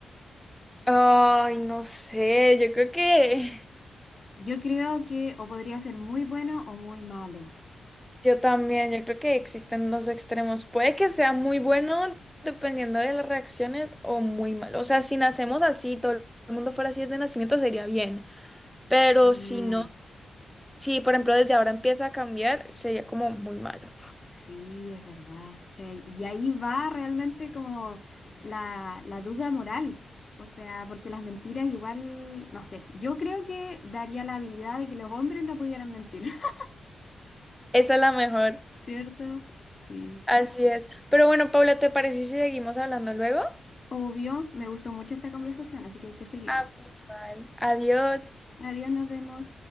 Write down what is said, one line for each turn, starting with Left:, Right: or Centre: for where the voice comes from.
Centre: Ay, no sé, yo creo que
Left: Yo creo que o podría ser muy bueno o muy malo.
Centre: <laughs> yo también, yo creo que existen dos extremos. Puede que sea muy bueno dependiendo de las reacciones o muy malo. O sea, si nacemos así, todo el mundo fuera así desde nacimiento sería bien, pero
Left: Mm,
Centre: si no, si por ejemplo desde ahora empieza a cambiar, sería como muy malo.
Left: Sí, es verdad. Eh, y ahí va realmente como la, la duda moral. O sea, porque las mentiras igual, no sé, yo creo que daría la habilidad de que los hombres no pudieran mentir, <laughs>
Centre: Esa es la mejor,
Left: ¿cierto? Sí.
Centre: así es. Pero bueno, Paula, ¿te parece si seguimos hablando luego?
Left: Obvio, me gustó mucho esta conversación, así que hay que seguirla.
Centre: Ah, pues, vale. Adiós.
Left: Adiós, nos vemos.